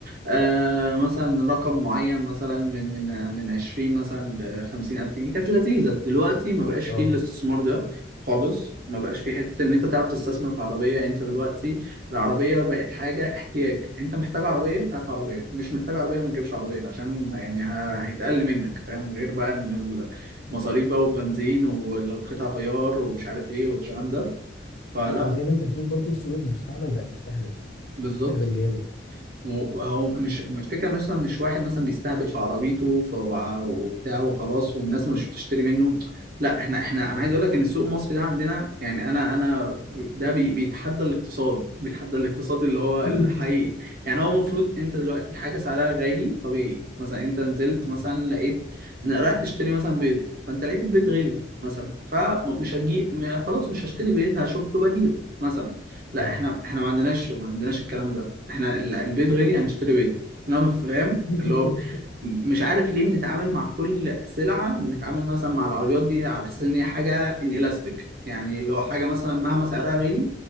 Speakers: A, on the right; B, on the left.
A: آه مثلا رقم معين مثلا من من من 20 مثلا ل 50 ألف جنيه كانت لذيذة دلوقتي ما
B: <laughs>
A: بقاش فيه
B: اه
A: الاستثمار ده خالص ما بقاش فيه حتة إن أنت تعرف تستثمر في عربية أنت دلوقتي العربية بقت حاجة احتياج أنت محتاج عربية هات عربية مش محتاج عربية ما تجيبش عربية عشان يعني ه-
B: اه
A: هيتقل منك فاهم غير بقى إن المصاريف بقى والبنزين والقطع غيار ومش عارف إيه والكلام ده فلا
B: لا وزي ما انت بتقول برضو السوق المستعمل بقى بيستهبل
A: بالظبط
B: بيستهبل جامد
A: مو- هو مش الفكرة مثلا مش واحد مثلا بيستهبل في عربيته ف- وبتاع وخلاص والناس مش بتشتري منه لا احنا احنا انا
B: اه
A: عايز اقول لك ان السوق المصري ده عندنا يعني انا انا ب- ده بي- بيتحدى الاقتصاد بيتحدى الاقتصاد اللي هو
B: <laughs>
A: الحقيقي يعني هو المفروض انت دلوقتي حاجة سعرها غالي طبيعي مثلا انت نزلت
B: اه
A: مثلا لقيت إن رايح تشتري مثلا بيض فانت لقيت البيض غالي مثلا فمش هجي م- خلاص مش هشتري بيض هشوف له بديل مثلا لا
B: اه
A: احنا احنا ما عندناش ما عندناش الكلام ده احنا ال- البيض غالي هنشتري بيض انا فاهم
B: <laughs>
A: اللي هو م- مش عارف ليه بنتعامل مع كل سلعة بنتعامل مثلا مع العربيات دي على أساس إن هي حاجة إنلاستيك يعني لو حاجة مثلا مهما سعرها غالي